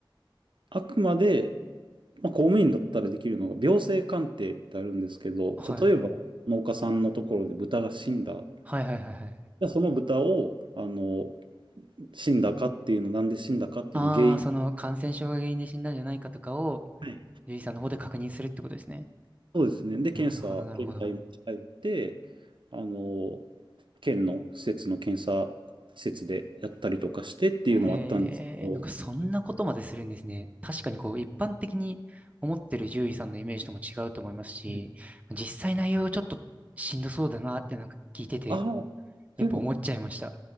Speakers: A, on the right (about 70°); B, on the right (about 15°).
A: あくまで、まあ、公務員だったらできるのが病性鑑定ってあるんですけど、
B: はい。
A: 例えば農家さんのところで豚が死んだ。
B: はいはいはいはい。
A: じゃあその豚を、あの、死んだかっていうの、なんで死んだかっていうの原因。
B: ああ、その感染症が原因で死んだんじゃないかとかを、
A: はい
B: 獣医さんの方で確認するってことですね。
A: そうですね。で、検査、
B: なるほど、なるほど。
A: 検体持ち帰って、あの、県の施設の検査施設でやったりとかしてっていうのはあったんですけど、
B: へえ、なんかそんなことまでするんですね。確かにこう、一般的に思ってる獣医さんのイメージとも違うと思いますし、
A: はい
B: 実際内容がちょっとしんどそうだなってなんか聞いてて、
A: ああ、
B: やっぱ思っちゃいました。
A: でも、